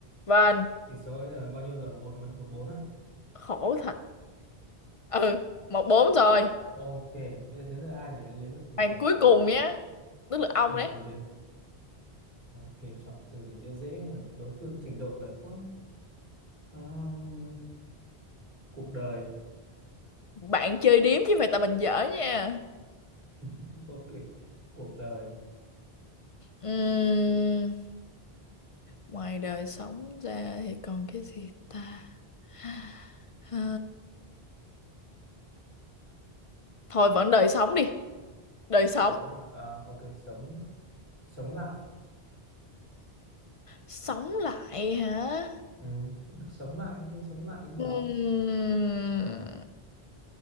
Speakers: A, on the left; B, on the right.
A: Vâng,
B: tỷ số bây giờ là bao nhiêu rồi một mấy một bốn à
A: khổ thật. Ừ, một bốn rồi.
B: ok bây giờ đến lượt ai nhỉ đến lượt
A: Bạn
B: uh,
A: cuối cùng nhé, tức là ông
B: một
A: đấy.
B: cầu một đến ok chọn từ gì dễ dễ không phải đối phương trình độ lệch quá Ờm, cuộc đời
A: Bạn chơi điếm chứ phải tại mình dở nha.
B: <laughs> ok cuộc đời
A: Ừm, ngoài đời sống ra thì còn cái gì ta? <sighs> À, thôi vẫn đời sống đi, đời sống.
B: sống à, ok sống sống lại
A: Sống lại hả?
B: ừ. được sống lại tôi sống lại cái gì
A: Ừm,
B: đó